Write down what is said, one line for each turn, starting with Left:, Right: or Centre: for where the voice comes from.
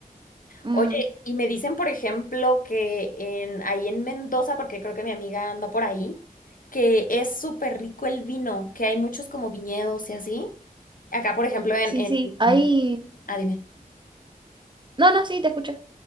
Right: mm,
Left: Oye, y me dicen, por ejemplo, que en, ahí en Mendoza, porque creo que mi amiga anda por ahí, que es súper rico el vino, que hay muchos como viñedos y así. Acá, por ejemplo, en,
Right: sí, sí, hay...
Left: en... Ah, dime.
Right: No, no, sí, te escucho.